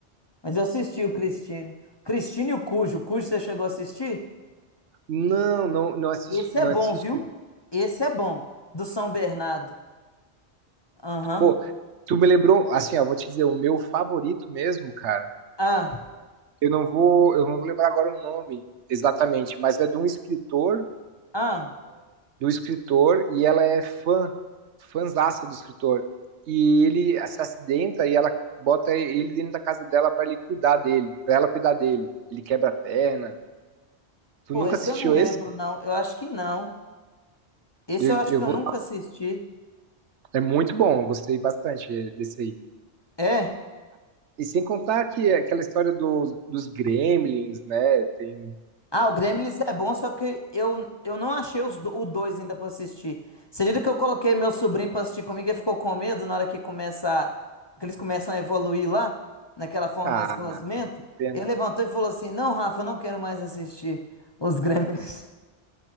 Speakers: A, on the left (about 30°); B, on the right (about 75°).
A: mas eu assisti o Cristine. Cristine e o Cujo. O Cujo você chegou a assistir?
B: Não, não, não assisti,
A: Esse é
B: não
A: bom,
B: assisti.
A: viu? Esse é bom, do São Bernardo. Aham.
B: Pô, tu me lembrou, assim, ó, vou te dizer, o meu favorito mesmo, cara.
A: Ah,
B: Eu não vou, eu não vou lembrar agora o nome exatamente, mas é de um escritor,
A: ah.
B: do escritor, e ela é fã, fãzaça do escritor. E ele se acidenta e ela bota ele dentro da casa dela pra ele cuidar dele, pra ela cuidar dele. Ele quebra a perna. Tu
A: Pô,
B: nunca
A: esse
B: assistiu
A: eu não lembro,
B: esse?
A: não. Eu acho que não. Esse
B: Eu,
A: eu acho
B: eu
A: que eu
B: vou,
A: nunca assisti.
B: é muito bom, eu gostei bastante eh, desse aí.
A: É?
B: E sem contar que é aquela história dos, dos gremlins, né? Tem.
A: Ah, o Gremlins é bom, só que eu, eu não achei os, do- o dois ainda pra assistir. Você acredita que eu coloquei meu sobrinho pra assistir comigo e ele ficou com medo na hora que começa, que eles começam a evoluir lá, naquela forma
B: Ah,
A: mais gosmenta?
B: pena.
A: Ele levantou e falou assim: Não, Rafa, eu não quero mais assistir os Gremlins.